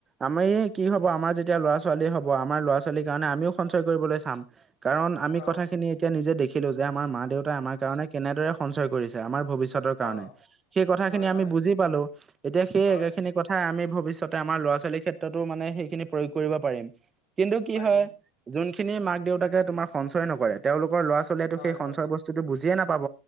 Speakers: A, on the right; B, on the left.
A: আমি কি হব আমাৰ যেতিয়া ল'ৰা ছোৱালী হ'ব আমাৰ ল'ৰা ছোৱালীৰ কাৰণে আমিও সঞ্চয় কৰিবলৈ চাম। কাৰণ আমি
B: অ',
A: কথাখিনি এতিয়া নিজে দেখিলো যে আমাৰ মা দেউতাই আমাৰ কাৰণে কেনেদৰে সঞ্চয় কৰিছে আমাৰ ভৱিষ্যতৰ
B: অ',
A: কাৰণে সেই কথা
B: হয়,
A: খিনি
B: হয়,
A: আমি বুজি পালো এতিয়া সেই
B: হয়,
A: একে খিনি কথা হা আমি ভৱিষ্যতে আমাৰ ল'ৰা ছোৱালীৰ ক্ষেত্ৰতো মানে সেইখিনি প্ৰয়োগ কৰিব পাৰিম কিন্তু কি
B: পাৰিম
A: হয় যোনখিনি মাক দেউতাকে তোমাৰ সঞ্চয় নকৰে তেওঁলোৰ ল'ৰা ছোৱালীয়ে টো
B: হয়,
A: সেই সঞ্চয়
B: হয়,
A: বস্তু <unintelligible> বুজিয়ে নাপাব